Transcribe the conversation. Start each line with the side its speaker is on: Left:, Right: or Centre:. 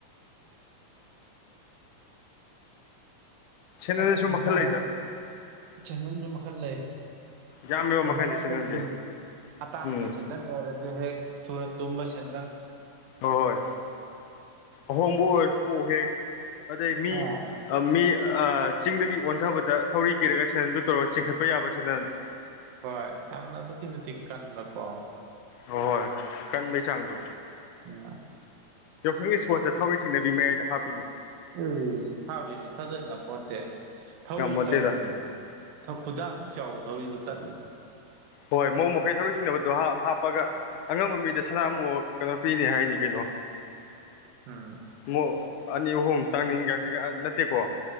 Left: ꯁꯦꯟꯗꯟꯁꯨ
Right: ꯑꯁ ꯏꯟꯁꯥꯡ
Left: ꯃꯈꯜ ꯂꯩꯗ
Right: ꯁꯟꯁꯨ ꯃꯈꯜ ꯂꯩ
Left: ꯌꯥꯝꯃꯦꯕ
Right: ꯁꯦꯟꯗ
Left: ꯃꯈꯜꯁꯦ
Right: ꯅꯈꯗꯤ
Left: ꯁꯦꯟꯗꯟꯁꯦ
Right: ꯑꯇꯥꯡꯕ
Left: ꯎꯝ
Right: ꯁꯦꯟꯗꯟ ꯑꯣꯏꯔ ꯑꯗꯨ ꯍꯦꯛ ꯁꯨꯔ ꯇꯨꯝꯕ ꯆꯟꯟ
Left: ꯍꯣꯏ ꯑꯍꯣꯡꯕ ꯑꯣꯏꯔꯁꯨꯀꯣꯛ ꯍꯦꯛ ꯑꯗꯩ
Right: ꯑꯥ
Left: ꯃꯤ ꯃꯤ ꯆꯤꯡꯗꯒꯤ ꯑꯣꯟꯊꯕꯗ ꯊꯧꯔꯤ ꯀꯤꯔꯒ ꯁꯦꯗꯟꯗꯨ ꯇꯧꯔꯒ ꯆꯤꯡꯈꯠꯄ ꯌꯥꯕ ꯁꯤꯗꯟ
Right: ꯍꯣꯏ ꯌꯥꯝꯥꯟꯅ ꯑꯗꯨꯛꯀꯤ ꯃꯇꯤꯛ ꯀꯥꯟꯅ ꯀꯣ
Left: ꯍꯣꯏ ꯀꯟꯕꯤ ꯁꯥꯡꯪ ꯇꯣ
Right: ꯎ
Left: ꯌꯥꯎꯁꯪꯒꯤ ꯏꯁꯄꯣꯔꯠꯁꯇ ꯊꯧꯔꯤ ꯆꯤꯡꯅꯕꯤ ꯃꯌꯥꯏꯗ ꯍꯥꯞꯄꯤ
Right: ꯎꯝ ꯊꯥꯕꯤꯅꯤ ꯊꯥꯖꯅ ꯄꯣꯠꯇꯦ ꯊꯧꯔꯤ
Left: ꯉꯝꯄꯣꯟꯇꯦꯗ
Right: ꯇꯠꯂꯤꯅꯦ ꯈꯨꯗꯥꯡ ꯆꯥꯎꯕ ꯊꯧꯔꯤꯗꯨꯣ ꯇꯠꯂꯤ
Left: ꯍꯣꯏ ꯃꯧ ꯃꯈꯩ ꯊꯧꯔꯛ ꯁꯤꯡꯅꯕꯗꯣ ꯍꯥ ꯍꯥꯞꯄꯒ ꯑꯉꯝꯕ ꯃꯤꯗ ꯁꯅꯥꯃꯨ ꯀꯩꯅꯣ ꯄꯤꯅꯦ ꯍꯥꯏꯅꯤ ꯀꯩꯅꯣ
Right: ꯍꯝ
Left: ꯑꯃꯨꯛ ꯑꯅꯤ ꯑꯍꯨꯝ ꯆꯪꯅꯤꯡꯒ ꯀꯩꯀꯥ ꯅꯠꯇꯦꯀꯣ